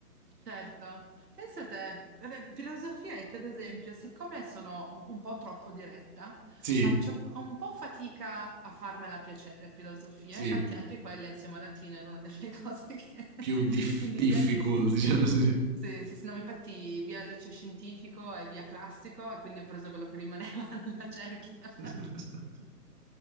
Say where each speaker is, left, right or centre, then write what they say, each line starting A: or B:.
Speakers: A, on the right; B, on the right.
A: certo. Pensa a te, Vabbè, filosofia, ecco, ad esempio, siccome sono un, un po' troppo diretta,
B: <laughs> sì,
A: faccio un po' fatica a farmela piacere, filosofia.
B: sì,
A: Infatti anche quella insieme a latino era una delle <laughs> cose che...
B: più
A: <laughs>
B: dif-
A: Quindi
B: difficult,
A: via, che- sì.
B: diciamo. Sì, sì.
A: Sì, sì, sì, no, ma infatti via liceo scientifico e via classico e quindi ho preso quello che rimaneva <laughs> nella cerchia.
B: <laughs>